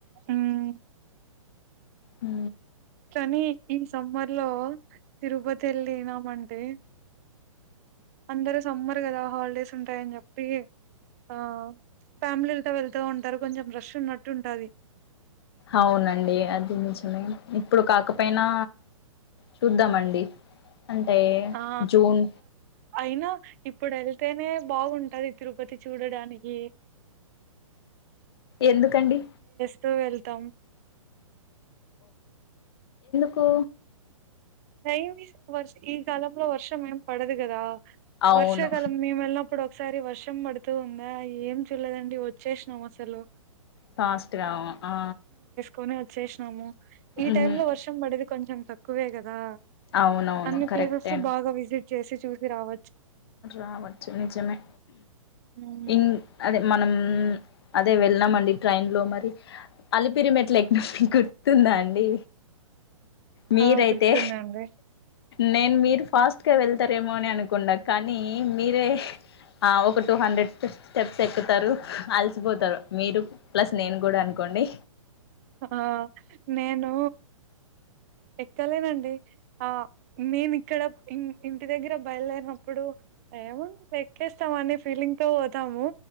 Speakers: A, on the right; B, on the left.
A: మ్మ్
B: హ
A: కానీ ఈ సమ్మర్ లో తిరుపతి వెళ్ళనామంటే అందరు సమ్మర్ కదా హాలిడేస్ ఉంటాయని చెప్పి ఆ ఫ్యామిలీలతో వెళ్తూ ఉంటారు కొంచెం ర్రష్ ఉన్నట్టు ఉంటుది
B: అవునండి అది నిజమే ఇప్పుడు కాక ఒక పనా చూద్దామండి అంటే
A: ఆ
B: జూన్
A: అయినా ఇప్పుడు వెళ్తేనే బాగుంటది తిరుపతి చూడడానికి
B: ఎందుకండి
A: ఎ వెళ్తాం
B: కు
A: టైమి వర్ష ఈ కాలంలో వర్షం ఏం పడదు కదా
B: అవును
A: వర్షాకాలం మేము ఎల్లినప్పుడు ఒక ఒకసారి వర్షం పడుతూ ఉందా ఏం చూడలేదండి వచ్చేసినం అసలు
B: ఫాస్ట్ గా ఏమో ఆ
A: కొని వచ్చేసినాము ఈ
B: మ్మ్
A: టైమ్ లో వర్షం పడేది కొంచెం తక్కువే కదా
B: అవునవును
A: అన్ని
B: కరెక్టే
A: ప్లేసెస్ బాగా విజిట్ చేసి చూసి రావ
B: రావచ్చు నిజమే
A: ఉమ్.
B: ఇం అది మనం అదే వెళ్ళాంమండి ట్రైన్ లో మరి అలిపిరిమెట్లు ఎక్కినం మరి గు ర్తుందా అండి మీరైతే
A: ఆ గుర్తుందండి
B: నేను మీరు ఫాస్ట్గా వెళ్తారేమో అని అనుకుండా కానీ మీరే ఆ ఒక టూ హండ్రెడ్ స్టెప్స్ ఎక్కుతారు అలసిపోతారు. మీరు ప్లస్ నేను కూడా అనుకోండి
A: ఆ నేను ఎక్కలేనండి. ఆ నేను ఇక్కడ ఇంటి దగ్గర బయలుదేరినప్పుడు ఏముంది ఎక్కేస్తాం అనే ఫీలింగ్ తో పోతము.